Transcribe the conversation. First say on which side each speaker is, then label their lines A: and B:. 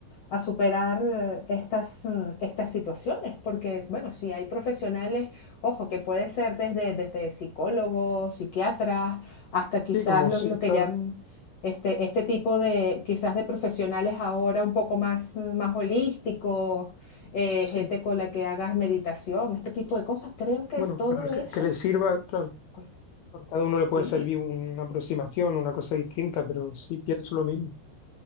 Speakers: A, on the left; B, on the left.
A: a superar eh, estas, eh, estas situaciones, porque, bueno, si hay profesionales, ojo, que puede ser desde, desde psicólogos, psiquiatras, hasta quizás
B: Sí, como
A: lo,
B: sí,
A: lo que
B: claro,
A: llaman este, este tipo de, quizás de profesionales ahora un poco más, eh, más holísticos, eh,
B: sí.
A: gente con la que hagas meditación, este tipo de cosas. Creo que
B: Bueno,
A: todo
B: para el
A: eso,
B: que, que le sirva, claro.
A: pues,
B: A cada uno le puede
A: sí,
B: servir una aproximación, una cosa distinta, pero sí pienso lo mismo,